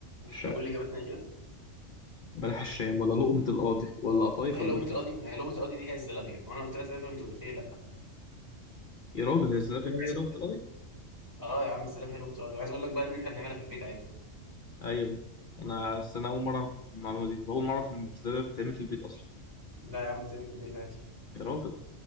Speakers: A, on the left (about 45°); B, on the right (about 20°).
A: في الشارع
B: تقول لي اجابتنا ايه كده؟
A: بلح الشام ولا لقمة القاضي ولا قطايف
B: ما هي
A: ولا
B: لقمه
A: بسبوسة
B: القاضي ما هي لقمه القاضي دي هي الزلابيه وانا قلت لك زلابيه انت قلت لي لا
A: يا راجل هي الزلابية
B: انا
A: هي
B: عايز
A: لغة
B: أقول-
A: القضية؟
B: اه يا عم الزلابيه هي لقمه القاضي وعايز اقول لك بقى ان احنا بنعملها في البيت عادي
A: أيوة أنا أصل أنا أول مرة أعرف المعلومة دي وأول مرة أعرف إن الزلابية بتتعمل في البيت أصلا
B: لا يا عم بتعمل في البيت عادي
A: يا راجل